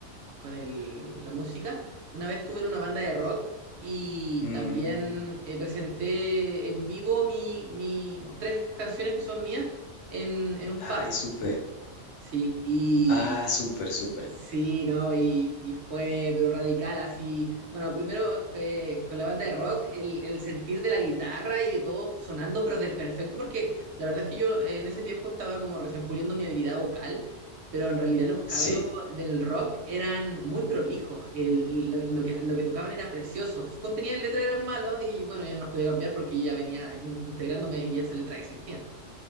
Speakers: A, on the right (about 65°); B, on the left (about 70°).
A: con el, la música. Una vez estuve en una banda de rock y
B: Mm.
A: también eh, presenté en vivo mi, mi, tres canciones que son mías en, en un
B: Ay,
A: pub.
B: súper.
A: Sí, y,
B: Ah, súper, súper.
A: Sí, ¿no? Y, y fue, pero radical, así. Bueno, primero que con la banda de rock, el, el sentir de la guitarra y de todo sonando, pero de perfecto, porque la verdad es que yo eh, en ese tiempo estaba como recién puliendo mi habilidad vocal, pero en realidad los cabros
B: Sí,
A: del rock eran muy prolijos. El- lo, lo que, lo que tocaban era precioso. Sus contenidos de letra eran malos y bueno, yo no los podía cambiar porque ya venía in- integrándome y esa letra existía.